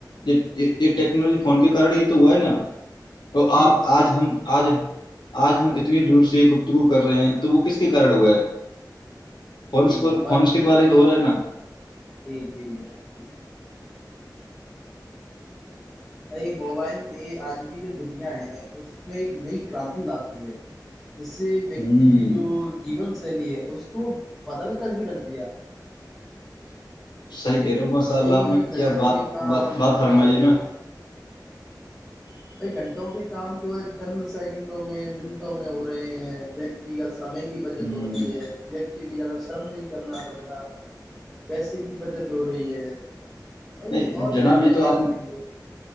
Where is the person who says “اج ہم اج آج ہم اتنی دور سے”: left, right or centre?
Left